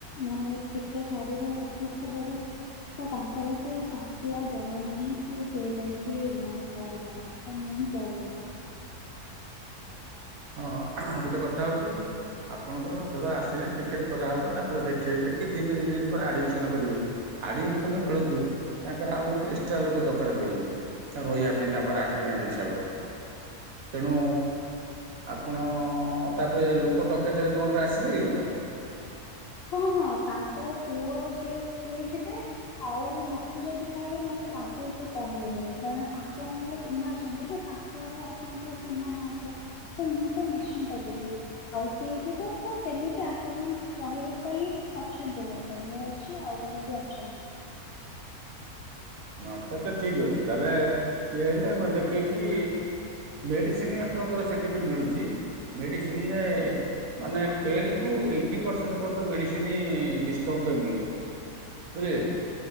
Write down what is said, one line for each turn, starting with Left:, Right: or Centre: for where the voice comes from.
Left: ମାନେ ଟିକେ ଶରୀର ଅସୁସ୍ଥ ବୋହୁତ ତ ତାଙ୍କର ଏତେ ଶକ୍ତି ଆଉ ବଳ ନାହିଁ କି ସେ ଯାଇଁକି ମାନେ କରିପାରିବେ। ତ ମୁଁ ହିଁ ପଳେଇବି।
Right: ହଁ ଗୋଟେ କଥା ହୋଉଚି ଆପଣଙ୍କର ଧର ଆସିଲେ ଟିକେଟ କରାହେବ ତାପରେ ଦେଖେଇବେ କି ଦିନେ ଦିଇ ଦିନ୍ ପରେ ଆଡିମିସନ କରିବେ ଆଡିମିସନ୍ ବେଳକୁ ତାଙ୍କର ଆଉ ଗୋଟେ ଏକ୍ସଟ୍ରା ଲୋକ ଦରକାର ପଡିବ। ଏ ରହିବା ପାଇଁ ତାଙ୍କ ପାଖରେ ଅଟେନାଣ୍ଟ ହିସାବରେ ତେଣୁ ଆପଣ ତାପରେ ଲୋକ ଡକେଇଦେଲେ ତମେଙ୍କର ଆସିପାରିବେ ତ?
Left: ହଁ ହଁ ତାଙ୍କର ପୁଅ ଆଉ ଯିଏ ସିଏ ଯିବେ ଆଉ ମତେ ଯଦି କହିବେ ମତେ ଲାଗୁଚି ସେ କହିବେ ବୋଲି କାରଣ ଆପଣ ମୋର ଚିହ୍ନା ଅଛନ୍ତି ନା ତାଙ୍କ୍ ଙ୍କର ଆପଣଙ୍କର ଚିହ୍ନା ନାହାନ୍ତି ତ ମୁଁ ତ ନିଶ୍ଚିନ୍ତ ଯିବି ଆଉ ସିଏ ଯିବେ ତ ସେମିତି ଅଟେନାଣ୍ଟ ରହିବା ପାଇଁ ଅଛନ୍ତି ଲୋକ ମୁଁ ଅଛି ଆଉ ଜଣେ ବି ଅଛନ୍ତି।
Right: ମତେ ତ ଠିକ୍ ଅଛି ତାହେଲେ ଇଏ ହେଲେ ଆମର ଦେଖେଇକି ମେଡିସିନ ଆପଣଙ୍କର ସେଠି ବି ମିଳୁଚି ମେଡିସିନରେ ମାନେ ଟେନ୍ ଟୁ ଏଇଟି ପର୍ସେଣ୍ଡ ପରନ୍ତ ମେଡିସିନି ଡିସକାଉଣ୍ଟରେ ମିଳୁ ବୁଝିଲେକି।